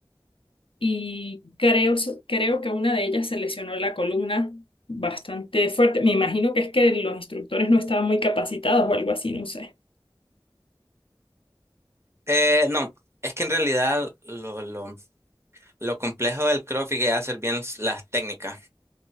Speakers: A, on the left; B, on the right.
A: y creo, creo que una de ellas se lesionó la columna bastante fuerte. Me imagino que es que los instructores no estaban muy capacitados o algo así, no sé.
B: Eh, no, es que en realidad lo, lo, lo complejo del CrossFit es hacer bien s- las técnicas